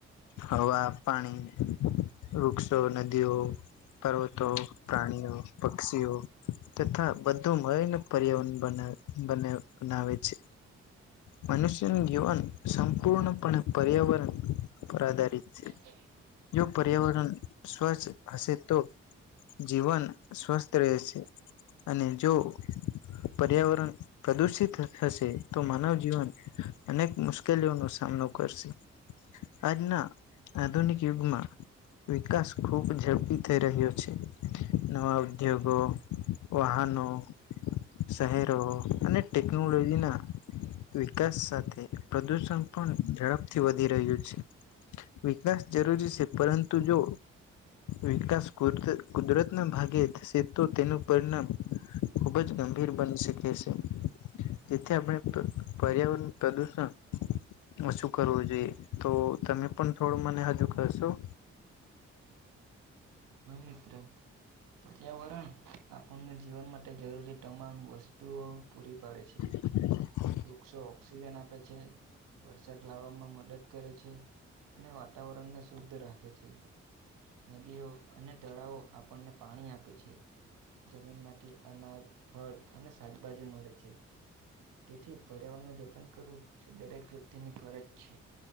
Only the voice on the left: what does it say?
હવા પાણી વૃક્ષો નદીઓ પર્વતો પ્રાણીઓ પક્ષીઓ તથા બધું મળેને પર્યાવરણ બને બને બનાવેવ છે મનુષ્યનું જીવન સંપૂર્ણપણે પર્યાવરણ પર આધારિત
છે
જો પર્યાવરણ સ્વચ્છ હશે તો જીવન સ્વસ્થ રહે છે અને જો પર્યાવરણ પ્રદુષિત થશે તો માનવ જીવન અનેક મુશ્કેલીઓનો સામનો કરશે
આજના આધુનિક યુગમાં વિકાસ ખૂબ ઝડપી થઈ રહ્યો છે નવા ઉદ્યોગો વાહનો શહેરો અને અને ટેકનોલોજીના વિકાસ સાથે પ્રદુષણ પણ ઝડપથી વધી રહ્યું છે વિકાસ જરૂરી છે પરંતુ જો વિકાસ કૂદ કુદરતના ભાગે થશે તો તેનું પરિણામ ખુબ જ ગંભીર બની શકે છે જેથી આપણે પર પર્યાવરણ પ્રદૂષણ ઓછું કરવું જોઈએ તો તમે પણ થોડું મને હજુ કહેશો
<inaudible>